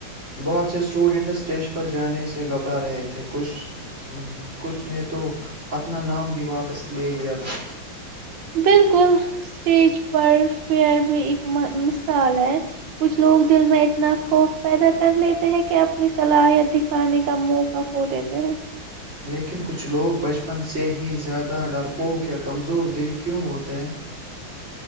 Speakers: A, on the right (about 35°); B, on the right (about 65°).
A: بہت سے اسٹوڈینٹ اسٹیج پر جانے سے گھبرا رہے تھے کچھ کچھ نے تو اپنا نام بھی واپس لے لیا تھا
B: بالکل اسٹیج پر فئر بھی ایکک مثال ہے کچھ لوگ دل میں اتنا خوف پیدا کر لیتے ہیں کہ اپنی صلاحیت دکھ کھانے کا موقع ہو دیتا تو
A: لیکن کچھ لوگ بچپن سے ہی زیادہ ڈرپوک یا کمزور دل کیوں ہوتے ہیں